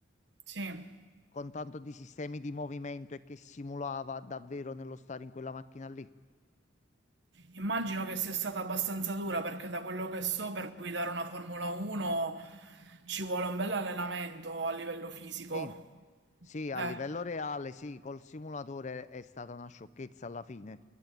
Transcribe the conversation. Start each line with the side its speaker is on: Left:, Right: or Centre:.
Right: sì.
Left: con tanto di sistemi di movimento e che simulava davvero nello stare in quella macchina lì.
Right: Immagino che sia stata abbastanza dura perché da quello che so per guidare una Formula 1 ci vuole un bel allenamento a livello fisico.
Left: Sì, sì, a
Right: Eh.
Left: livello reale, sì, col simulatore è stata una sciocchezza alla fine.